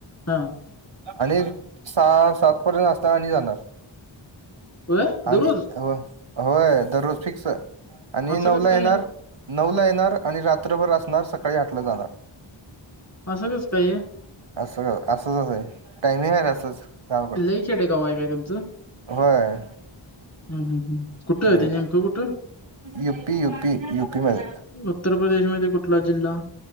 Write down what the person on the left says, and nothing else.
हा
होय
दररोज
असं
कसं काय
हे?
असं कासकाय हे
लई खेडेगाव आहे काय तुमचं?
हम्म हम्म हम्म कुठं
ते नेमकं कुठं?
उत्तर प्रदेशमध्ये कुठला जिल्हा?